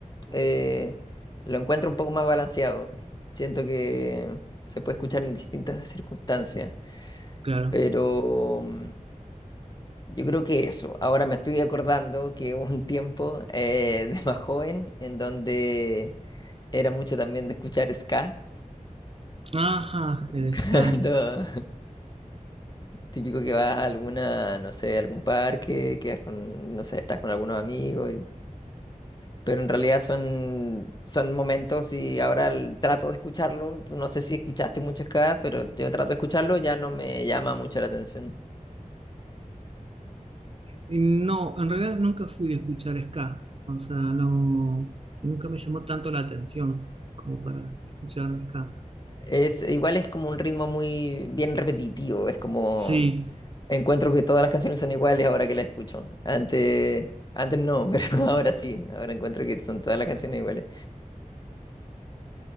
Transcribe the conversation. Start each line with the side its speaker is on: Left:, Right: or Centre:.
Left: Eh, lo encuentro un poco más balanceado. Siento que se puede escuchar en distintas circunstancias,
Right: Claro.
Left: pero... mm, Yo creo que eso. Ahora me estoy acordando que hubo un tiempo eh, de más joven en donde era mucho también de escuchar ska.
Right: Ajá,
Left: <laughs>
Right: el
Left: Cuando
Right: ska.
Left: típico que vas a alguna, no sé, algún parque, quedas con, no sé, estás con algunos amigos. y- Pero en realidad son, son momentos y ahora el- trato de escucharlo. Tú No sé si escuchaste mucho ska, pero yo trato de escucharlo, ya no me llama mucho la atención.
Right: Y No, en realidad nunca fui de escuchar ska. O sea, no, nunca me llamó tanto la atención como para escuchar ska.
Left: Es, igual es como un ritmo muy bien repetitivo, es como
Right: Sí,
Left: encuentro que todas las canciones son iguales ahora que las escucho. Antes, antes no, <laughs> pero ahora sí, ahora encuentro que son todas las canciones iguales.